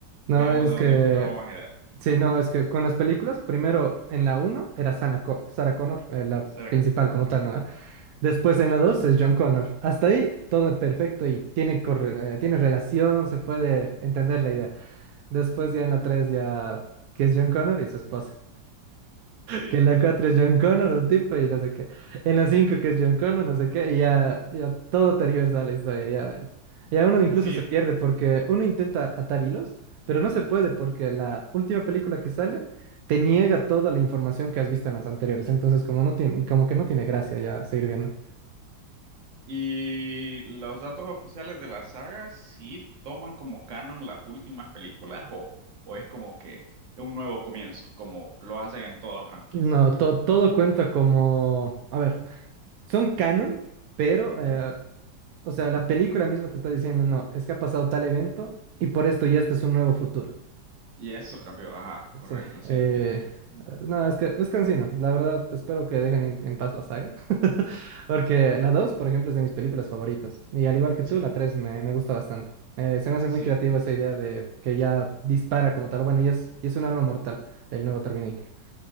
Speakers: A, on the right (about 75°); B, on the right (about 50°).
A: No,
B: veamos
A: es
B: de dónde
A: que,
B: encontramos más ideas.
A: sí, no, es que con las películas, primero en la uno era Sana Co- Sarah Connor, eh, la
B: ¿Será
A: principal
B: que-
A: como
B: correcto?
A: tal, ¿no? Después en la 2 es John Connor. Hasta ahí todo perfecto y tiene, corre- eh, tiene relación, se puede entender la idea. Después ya en la 3 ya que es John Connor y su esposa.
B: Sí.
A: Que en la 4 es John Connor, un tipo, y no sé qué. En la 5 que es John Connor, no sé qué, y ya, ya todo tergiversa la historia. Ya, ya uno incluso
B: Sí,
A: se pierde porque uno intenta atar hilos, pero no se puede porque la última película que sale te niega toda la información que has visto en las anteriores. Entonces, como, no tiene, como que no tiene gracia ya seguir viendo.
B: Y los datos oficiales de la saga sí toman como canon las últimas películas o, o es como que un nuevo comienzo, como lo hacen en toda franquicia.
A: No, to- todo cuenta como... A ver, son canon, pero,
B: Ujú.
A: eh, o sea, la película misma te está diciendo, no, es que ha pasado tal evento y por esto ya este es un nuevo futuro.
B: Y eso cambió, ajá, correcto,
A: Sí.
B: sí
A: Eh,
B: entiendo. Mm,
A: no, es que es cansino. La verdad, espero que dejen en, en paz la saga. <laughs> Porque la 2 por ejemplo, es de mis películas favoritas. Y al igual que
B: Sí,
A: tú,
B: ok.
A: la 3 me, me gusta bastante. Eh, se me hace
B: sí,
A: muy creativa esa idea de que ya dispara como tal. Bueno, y es, y es un arma mortal, el nuevo Terminator.